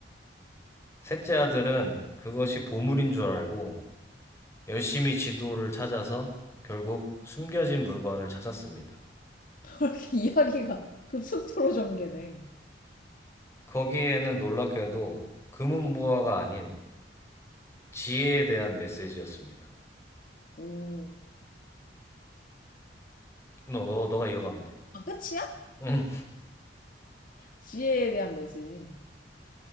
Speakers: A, on the left; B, on the left.
A: 셋째 아들은 그것이 보물인 줄 알고 열심히 지도를 찾아서 결국 숨겨진 물건을 찾았습니다.
B: <laughs> 이렇게 이야기가 급속도로 전개돼.
A: 거기에는 놀랍게도 금은보화가 아닌 지혜에 대한 메시지였습니다.
B: 오.
A: 너, 너, 너가 이어가면 돼.
B: 아, 끝이야?
A: <laughs>
B: 지혜에 대한 메시지.